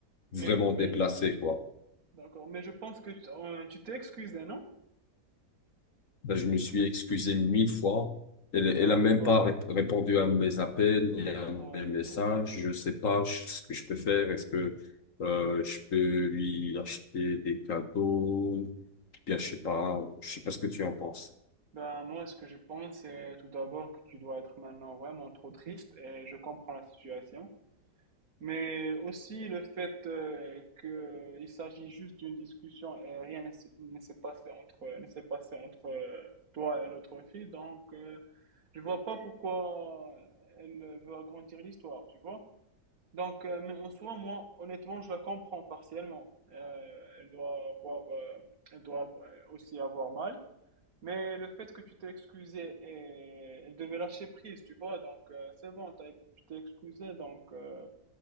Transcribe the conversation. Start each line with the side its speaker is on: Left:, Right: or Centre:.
Right: Mais,
Left: vraiment
Right: mais...
Left: déplacée, quoi.
Right: D'accord, mais je pense que tu euh, tu t'es excusé, non?
Left: Là, je me suis excusé mille fois. Elle, elle
Right: Elle
Left: a même
Right: veut pas.
Left: pas ré- répondu à mes appels, ni à
Right: Ouais,
Left: mes messages.
Right: ouais.
Left: Je sais pas ch- ce que je peux faire. Est-ce que, euh, je peux lui acheter des cadeaux? Bien, je sais pas.
Right: Ouais.
Left: Je sais pas ce que tu en penses.
Right: Ben, moi, ce que je pense, c'est tout d'abord que tu dois être maintenant vraiment trop triste et je comprends la situation. Mais aussi le fait euh, que il s'agit juste d'une discussion et rien ne s'est ne s'est passé entre ne s'est passé entre euh, toi et l'autre fille. Donc, euh, je vois pas pourquoi elle veut agrandir l'histoire, tu vois. Donc, euh, mais en soi, moi, honnêtement, je la comprends partiellement. Euh, elle doit avoir, euh, elle doit avoir- aussi avoir mal. Mais le fait que tu t'es excusé, et elle devait lâcher prise, tu vois, donc euh, c'est bon, t'as- tu t'es excusé, donc euh,